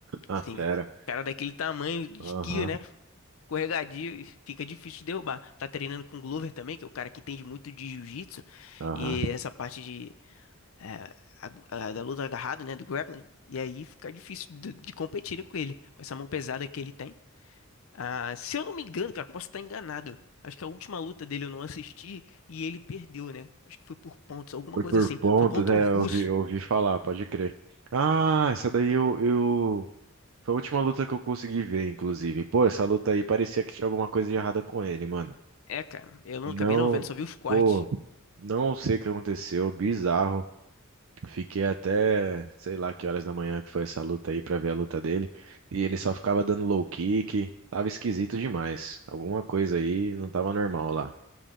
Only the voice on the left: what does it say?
assim,
cara daquele tamanho, esguio,
né? escorregadio e fica difícil de derrubar. Tá treinando com o Glover também, que é o cara que entende muito de jiu-jitsu,
e essa parte de, eh, a- a- da luta agarrada, né, do grappling, e aí fica difícil de, de competir com ele, com essa mão pesada que ele tem. Ah, se eu não me engano, cara, posso estar enganado. Acho que a última luta dele eu não assisti e ele perdeu, né? Acho que foi por pontos, alguma
coisa
assim.
Foi contra
um russo.
É, cara, eu não
acabei não vendo, só vi os cortes.